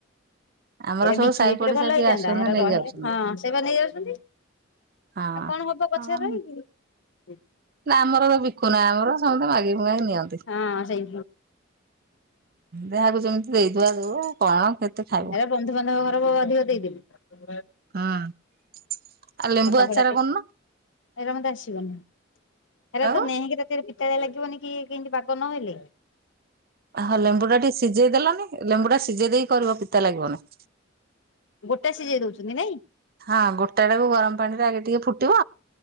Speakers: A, on the right; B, on the left.
A: ଆମର
B: ଏରା
A: ସବୁ
B: ବିକି
A: ସାହି
B: ଦେଇଥିଲେ
A: ପଡିଶା
B: ଭଲ ହେଇଥାନ୍ତା।
A: ଯିଏ ଆସୁଛନ୍ତି
B: ଏହରା
A: ନେଇ
B: ରହିଲେ
A: ଯାଉଛନ୍ତି
B: ହଁ ସେବା ନେଇେ ଯାଉଛନ୍ତି।
A: ହଁ।
B: ଆଉ କଣ ହବ ଗଛରେ
A: ହଁ
B: ରହିକି।
A: ନା ଆମର ବା ବିକୁନା ଆମର ସମସ୍ତେ ମାଗି ମୁଗାକି ନିଅନ୍ତି।
B: ହଁ ସେଇ
A: ଯାହାକୁ ଯେମିତି ଦେଇ ଦୁଆ ଦଉ କଣ କେତେ ଖାଇବ
B: ହେରା
A: ହୁଁ
B: ବନ୍ଧୁବାନ୍ଧବ ଘରକୁ ଅଧିକ ଦେଇଦଉ।
A: ହଁ ଆ ଲେମ୍ବୁ
B: ଫଟା
A: ଆଚାର
B: ଫଟା ଟେ
A: କରୁନ
B: ଏରା ମତେ ଆସିବନି ହେରାତ
A: ଆଉ
B: <unintelligible> ସେରା ପିତାଳିଆ ଲାଗିବନି କି କିମତି ପାଗ ନହଲେ
A: ହ ଲେମ୍ବୁ ଟା ଟିକେ ସିଝେଇ ଦେଲନି ଲେମ୍ବୁଟା ସିଝେଇ ଦେଇକି କରିବ ପିତା ଲାଗିବନି
B: ଗୋଟା ସିଝେଇ ଦଉଛନ୍ତି ନାଇଁ
A: ହଁ ଗୋଟାଟାକୁ ଗରମ ପାଣିରେ ଆଗେ ଟିକେ ଫୁଟିବ